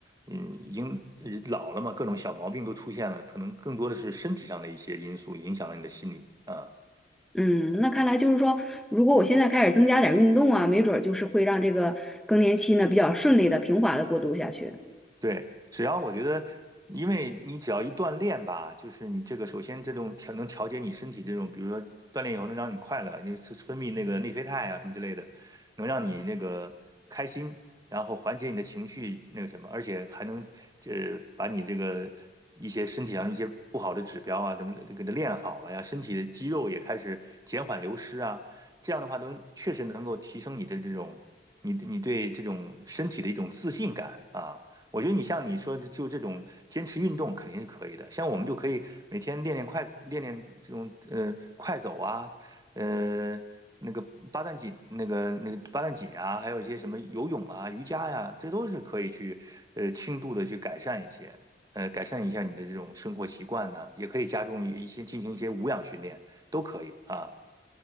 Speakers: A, on the right (about 20°); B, in the centre.
A: 嗯，已经呃老了嘛，各种小毛病都出现了，可能更多的是身体上的一些因素影响了你的心理啊。
B: 嗯，那看来就是说，如果我现在开始增加点儿运动啊，没准儿就是会让这个更年期呢比较顺利的、平滑的过渡下去。
A: 对，只要我觉得，因为你只要一锻炼吧，就是你这个首先这种调能调节你身体这种，比如说锻炼以后能让你快乐，你是分泌那个内啡肽啊什么之类的，能让你那个开心，然后缓解你的情绪那个什么，而且还能呃把你这个一些身体上一些不好的指标啊，怎么给它练好了呀，身体的肌肉也开始减缓流失啊，这样的话能确实能够提升你的这种你你对这种身体的一种自信感啊。我觉得你像你说的，就这种坚持运动肯定是可以的。像我们就可以每天练练快，练练这种呃快走啊，呃那个八段锦，那个那个八段锦啊，还有一些什么游泳啊、瑜伽呀、这都是可以去呃轻度的去改善一些，呃改善一下你的这种生活习惯呢、也可以加重一些进行一些无氧训练，都可以啊。